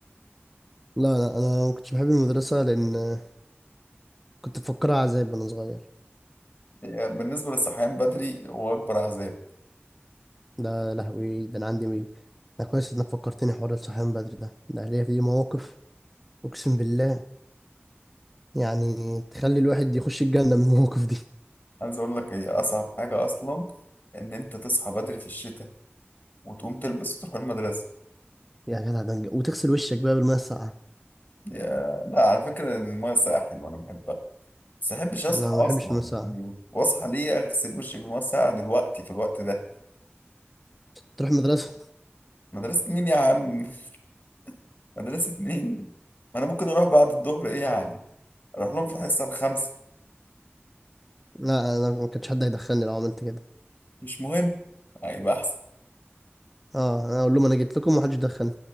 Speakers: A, in the centre; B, on the left.
A: لا لا انا ما كنتش بحب المدرسه لان كنت بفكرها عذاب وانا صغير
B: يعني بالنسبة للصحيان بدري هو أكبر عذاب
A: ده يا لهوي ده انا عندي مي ده كويس انك فكرتني حوار الصحيان بدري ده ده ليا فيه مواقف اقسم بالله يعني تخلي الواحد يخش الجنه من المواقف دي
B: عايز أقول لك هي أصعب حاجة أصلا إن أنت تصحى بدري في الشتاء وتقوم تلبس وتروح المدرسة
A: يا جدع ده نج- وتغسل وشك بقى بالميه الساقعه
B: يا لا على فكرة المية الساقعة حلوة أنا بحبها بس احبش اصحى
A: انا
B: اصلا
A: ما بحبش الميه الساقعه
B: يعني واصحى ليه اغسل وشي بميه ساقعه دلوقتي في الوقت ده
A: تروح المدرسه
B: مدرسه مين يا عم <laughs> مدرسه مين ما انا ممكن اروح بعد الظهر ايه يعني اروح لهم في الحصه الخامسه
A: لا انا ما كانش حد هيدخلني لو عملت كده
B: مش مهم هيبقى احسن
A: اه انا اقول لهم انا جيت لكم ومحدش دخلني